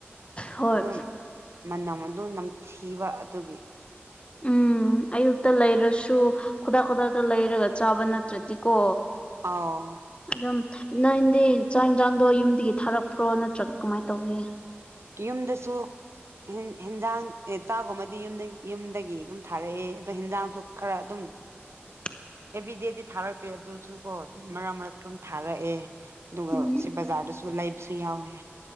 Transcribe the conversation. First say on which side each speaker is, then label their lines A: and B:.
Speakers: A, on the left; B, on the right.
A: ꯍꯣꯏ
B: ꯑꯗꯨꯝ ꯃꯅꯝ ꯑꯗꯨꯝ ꯅꯝꯊꯤꯕ ꯑꯗꯨꯒꯤ꯫
A: ꯎꯝ ꯑꯌꯨꯛꯇ ꯂꯩꯔꯁꯨ ꯈꯨꯗꯥꯛ ꯈꯨꯗꯥꯛꯇ ꯂꯩꯔꯒ ꯆꯥꯕ ꯅꯥꯠ ꯇꯔꯗꯤꯀꯣ꯫
B: ꯑꯥꯎ
A: ꯑꯗꯨꯝ ꯅꯪꯗꯤ ꯆꯥꯛ ꯌꯦꯟꯁꯥꯡꯗꯣ ꯌꯨꯝꯗꯒꯤ ꯊꯥꯔꯛꯄ꯭ꯔꯣ ꯅꯠꯇ꯭ꯔꯒ ꯀꯃꯥꯏ ꯇꯧꯒꯦ꯫
B: ꯌꯨꯝꯗꯁꯨ ꯍꯦꯟ ꯍꯦꯟꯖꯥꯡ ꯏ ꯆꯥꯛꯒꯨꯝꯕꯗꯤ ꯌꯨꯝꯗ ꯌꯨꯝꯗꯒꯤ ꯑꯗꯨꯝ ꯊꯥꯔꯛꯑꯦ ꯑꯗꯣ ꯍꯦꯟꯖꯥꯡꯁꯨ ꯈꯔ ꯑꯗꯨꯝ
A: <inaudible>
B: ꯑꯦꯚ꯭ꯔꯤ ꯗꯦꯗꯤ ꯊꯥꯔꯛꯇꯦ ꯑꯗꯨꯁꯨ ꯀꯣ ꯑꯗꯨꯝ ꯃꯔꯛ ꯃꯔꯛꯇ ꯑꯗꯨꯝ ꯊꯥꯔꯛꯑꯦ꯫ ꯑꯗꯨꯒ
A: ꯎꯝ
B: ꯁꯤ ꯕꯖꯥꯔꯗꯁꯨ ꯂꯩꯕꯁꯨ ꯌꯥꯎꯑꯦ꯫